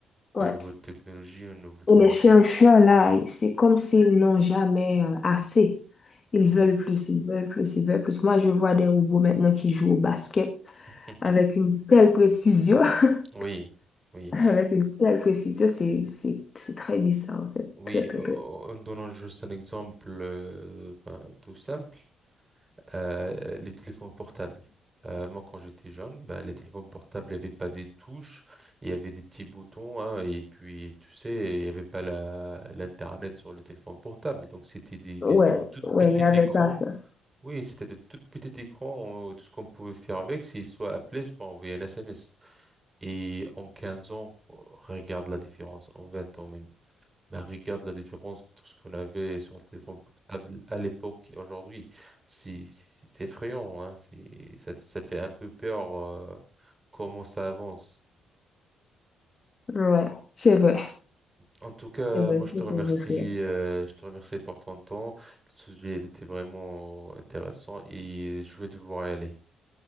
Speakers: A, on the right; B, on the left.
A: au
B: Ouais.
A: niveau de technologie, au niveau de,
B: Et les chercheurs,
A: de-
B: là, c'est comme s'ils n'ont jamais euh, assez. Ils
A: Hmm.
B: veulent plus, ils veulent plus, ils veulent plus. Moi, je vois des robots maintenant qui jouent au basket
A: <laughs>
B: avec une telle précision. <laughs>
A: Oui, oui,
B: Avec une telle précision, c'est, c'est, c'est très bizarre, en fait.
A: oui.
B: Très, très,
A: euh, En
B: très.
A: donnant juste un exemple euh, enfin, tout simple, euh, les téléphones portables. Euh, moi, quand j'étais jeune, ben, les téléphones portables n'avaient pas des touches, il y avait des petits boutons, hein, et puis, tu sais, il n'y avait pas la, l'Internet sur le téléphone portable. Donc, c'était des, des
B: Ouais,
A: tout
B: ouais,
A: petits
B: il n'y avait
A: écrans.
B: pas ça.
A: Oui, c'était de tout petits écrans. euh, Tout ce qu'on pouvait faire avec, c'est soit appeler, soit envoyer un SMS. Et en 15 ans, regarde la différence, en 20 ans même. Ben, regarde la différence entre ce qu'on avait sur le téléphone portable à l'époque et aujourd'hui. C'est c'est- c'est- c'est effrayant, hein. C'est, ça, ça fait un peu peur, euh, comment ça avance.
B: Ouais, c'est vrai.
A: En tout cas,
B: C'est vrai,
A: moi,
B: c'est
A: je te remercie,
B: très vrai.
A: euh, je te remercie pour ton temps. Le sujet, il était vraiment intéressant et je vais devoir y aller.